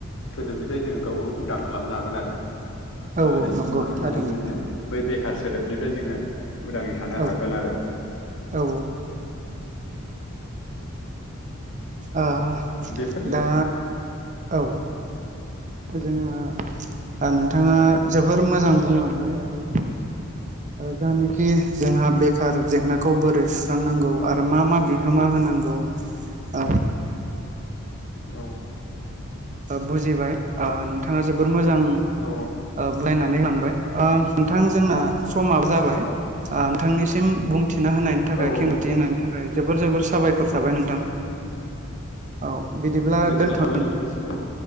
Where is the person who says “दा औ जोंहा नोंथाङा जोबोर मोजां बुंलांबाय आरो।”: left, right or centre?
Right